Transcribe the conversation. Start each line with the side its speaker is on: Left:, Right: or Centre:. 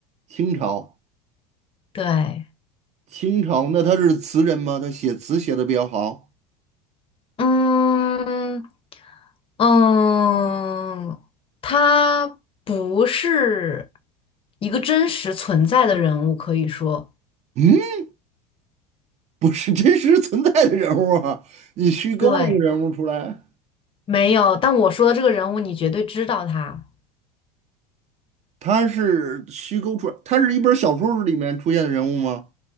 Right: 清朝，
Left: 对。
Right: 清朝，那他是词人吗？他写词写的比较好？
Left: 嗯嗯，他不是一个真实存在的人物，可以说，
Right: 嗯，不是真实存在的人物啊，你虚构了一个人物出来。
Left: 对，没有。但我说的这个人物，你绝对知道他，
Right: 他是虚构出来，他是一本小说里面出现的人物吗？